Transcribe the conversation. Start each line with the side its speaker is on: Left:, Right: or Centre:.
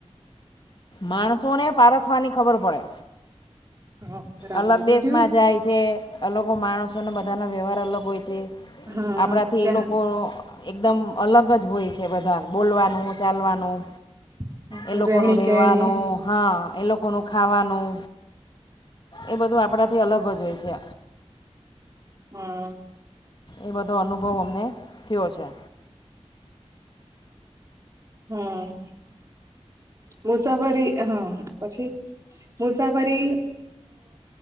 Left: માણસો ને પારખવાની ખબર પડે.
Right: હા બરાબર
Left: અલગ
Right: બીજું
Left: દેશમાં જાય છે અલગ માણસોને બધાના વ્યવહાર અલગ હોય છે.
Right: હા
Left: આપણાથી
Right: ત્યા
Left: એ લોકો એકદમ અલગ જ હોય છે બધા બોલવાનું ચાલવાનું
Right: ત્યાં
Left: એ લોકો
Right: રહેણી
Left: નું રહેવાનું
Right: કેણી
Left: હા. એ લોકોનું ખાવાનું. એ બધું આપણાથી અલગ જ હોય છે.
Right: હમ.
Left: એ બધો અનુભવ અમને થયો છે.
Right: હમ. મુસાફરી હા પછી મુસાફરી